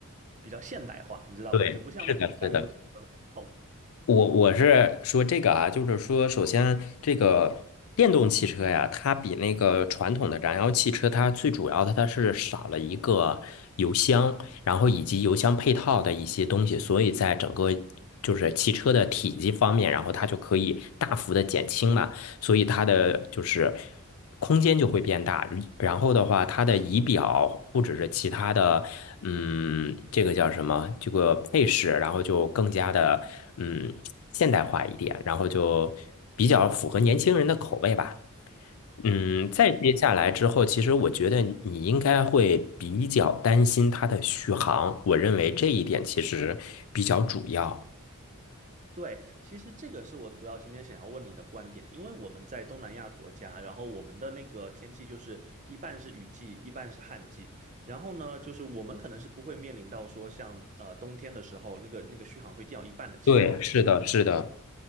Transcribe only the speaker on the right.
比较现代化，你知道吧？
就不像那种燃油汽车很丑。
对，其实这个是我主要今天想要问你的观点，因为我们在东南亚国家，然后我们的那个天气就是一半是雨季，一半是旱季，然后呢，就是我们可能是不会面临到说像呃冬天的时候那个那个续航会掉一半的情况，